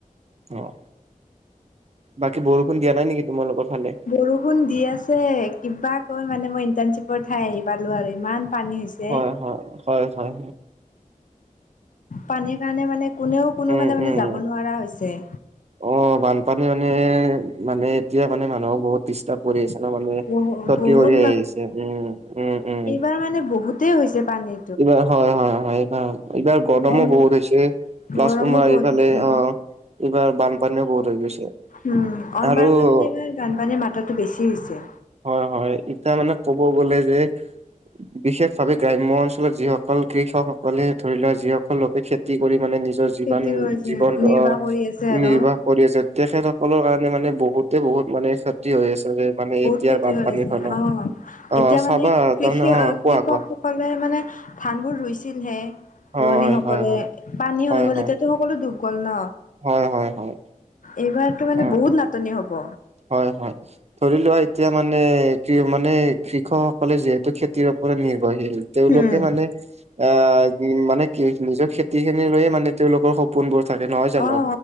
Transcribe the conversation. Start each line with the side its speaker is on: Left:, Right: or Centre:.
Right: অ', বাকী বৰষুণ দিয়া নাই নেকি তোমালোকৰ ফালে?
Left: বৰষুণ দি আছে কিবা কে মানে মই ইণ্টাৰ্ণশ্বিপৰ ঠাই আহি পালোঁ আৰু। ইমান- পানী হৈছে
Right: হয়-হয়, হয়-হয়।
Left: পানীৰ কাৰণে মানে কোনেও কোনোফালে
Right: উম,
Left: মানে
Right: উম।
Left: যাব নোৱাৰা হৈছে।
Right: অ', বানপানী মানে, মানে এতিয়া মানে মানুহক বহুত দি- কৰি আহিছে ন' মানুহে,
Left: বহু
Right: ক্ষতি
Left: বহুত
Right: কৰি আহিছে। উমঁ-উমঁ-উমঁ।
Left: তাৰ মানে বহু- তেই হৈছে পানী।
Right: এইবাৰ হয়-হয়-হয়, এইবাৰ অঁ',। এইবাৰ- গৰমো
Left: অন
Right: বহুত হৈছে, প্লাছ
Left: গৰমো
Right: তোমাৰ
Left: বহুত
Right: এইফালে
Left: হৈছে
Right: অঁ', - এইবাৰ বানপানীও বহুত হৈ গৈছে।
Left: উম অনবাৰকৈ
Right: আৰু-
Left: মানে এইবাৰ বানপানীৰ মাত্ৰাটো বেছি হৈছে।
Right: হয় হয়, এতিয়া মানে ক'ব গ'লে যে- বিশেষ ভাৱে গ্ৰাম্য অঞ্চলত যিসকল কৃষকসকলে ধৰি লোৱা যিসকল লোকে খেতি কৰি মানে নিজৰ- জীৱন
Left: খেতি কৰিছে
Right: জীৱনটো
Left: নিৰ্বাহ
Right: অ
Left: কৰি আছে আৰু
Right: নিৰ্বাহ- কৰি আছে তেখেতসকলৰ কাৰণে মানে বহুতে বহুত মানে ক্ষতি হৈ আছে যে মানে- এতিয়াৰ
Left: ক্ষতি
Right: বানপানীৰ
Left: হৈ আছে
Right: ফলত
Left: অঁ
Right: অ
Left: এতিয়া
Right: চাবা
Left: মানে কৃষি
Right: তাৰমানে অ কোৱা
Left: কৃষক-
Right: কোৱা
Left: কলে মানে ধান বোৰ ৰুইছিলহে
Right: হয়
Left: ৰোৱনীসকলে
Right: হয় হয়
Left: পানী
Right: হয়
Left: হৈ গ'ল
Right: হয়
Left: এতিয়াটো- সকলো দুব গ'ল ন।
Right: হয় হয়। হয়
Left: এইবাৰতো মানে
Right: অ
Left: বহুত নাটনি হব।
Right: হয় হয়, ধৰি লোৱা এতিয়া মানে কি মানে- কৃষকসকলে যিহেতু খেতিৰ ওপৰত নিৰ্ভৰশীল তেওঁলোকে
Left: উম
Right: মানে- আহ মানে কি নিজৰ খেতি খিনি লৈয়ে মানে তেওঁলোকৰ সপ- পোনবোৰ থাকে নহয় জানো?
Left: অ অ